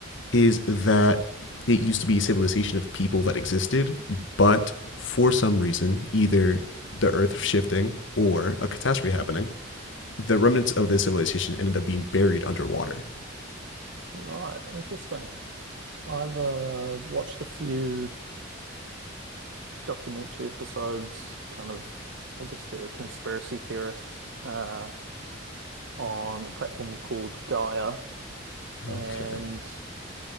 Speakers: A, on the left; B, on the right.
A: is that it used to be a civilization of people that existed, but for some reason, either the earth shifting or a catastrophe happening, the remnants of this civilization ended up being buried underwater.
B: Right, interesting. I've uh watched a few documentary episodes, kind of, I guess they're conspiracy theorists, uh, on a platform called Gaia. And
A: Okay.